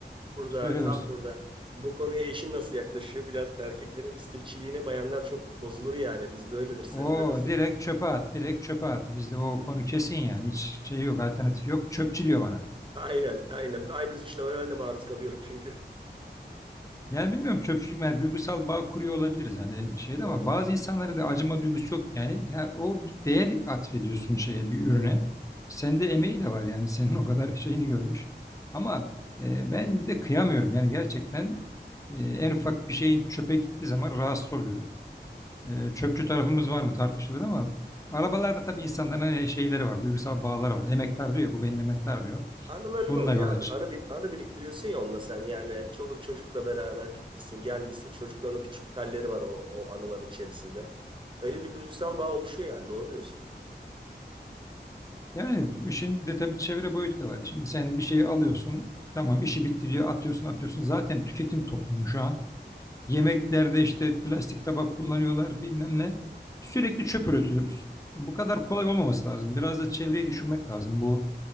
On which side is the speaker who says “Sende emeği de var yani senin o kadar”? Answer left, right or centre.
Left